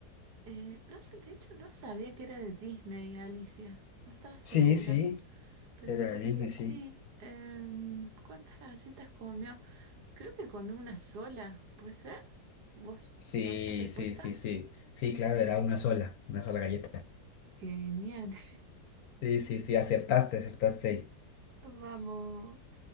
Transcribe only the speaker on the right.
Eh, no sé, de hecho no sabía que era de Disney, Alicia. No estaba segura,
pero
parece
que sí.
Em, ¿cuántas galletas comió? Creo que comió una sola, ¿puede ser? ¿Vos
sabés la respuesta?
Genial. <laughs>
Vamos.